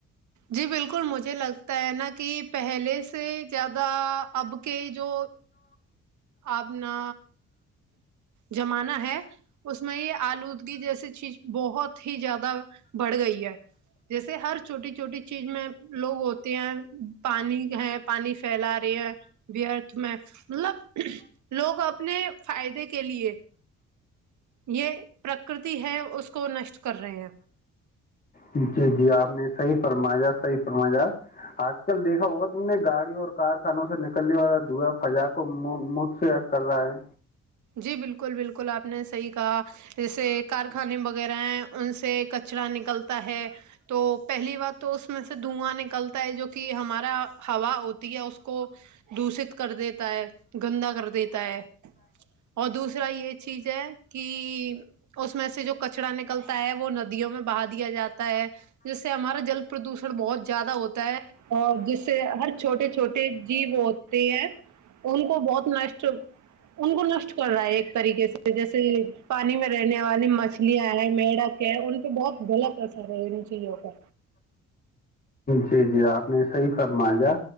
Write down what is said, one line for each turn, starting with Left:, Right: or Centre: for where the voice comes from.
Right: جی بالکل مجھے لگتا ہے نا کہ پہلے سے زیادہ اب کے جو آپنا جم انا ہے اس میں یہ آلودگی جیس چچ بہت ہی زیادہ بڑھ گئی ہے جیسے ہر چھوٹی چھوٹی چیز میں لوگ ہوتے ہیں پانی ہے پانی پھیلا رہی ہے بیرتھ میں مطلب لوگ اپنے فائدے کے لیے یہ پرکرتی ہے اس کو نشٹ کر رہے ہیں
Left: جی جی آپ نے صحیح فرمایاا صحی فرمایا آج کل دیکھا ہوگا تم نے گاڑیوں اور کارخانوں سے نکلنے والا دا فضا کو مجھ سےر کر رہا ہے
Right: جی بالکل بالکل بالکل آپ نے صحیح کہا جیسے کارخانے وغیرہ ہیں ان سے کچرا نکلتا ہے تو پہلی بار تو اس میں سے دھواں نکلتا ہے جو کہ ہمارا ہوا ہوتی ہے اس کو دوشت کر دیتا ہے گندا کر دیتا ہے اور دوسر دوسرح یہ یہ چیز ہے کہ اس میں سے جو کچڑا نکلتا ہے وہ ندیوں میں بہا دیا جاتا ہے جس ہمارا جل پردوشن بہت زیادہ ہوتا ہے اور جس سے ہر چھوٹے چھوٹے جیو ہوتے ہیں ان کو بہت نٹ ان کو نشٹ کر رہا ہے ایک طریقے سے جیسے پانی میں رہنے والی مچھلیاں ہیں مڈک ان پہ بہت غلط اثر ہے ان چیزوں کا
Left: جی جی آپ نے صحیح فرمایا